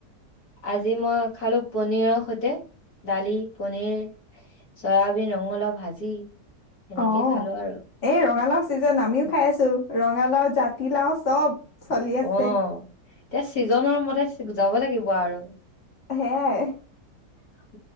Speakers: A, on the left; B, on the left.
A: আজি মই খালো পনীৰৰ সৈতে দালি, পনীৰ, চয়াবিন- ৰঙালাও ভাজি। সেনেকে
B: অ'
A: খালো আৰু
B: এই ৰঙালাও ছিজেন আমিও খাই আছোঁ। ৰঙালাও জাতিলাও চব। চলি আছে
A: অ'। এতিয়া ছিজনৰ মতে যাব লাগিব আৰু।
B: সেয়াই।
A: <unintelligible>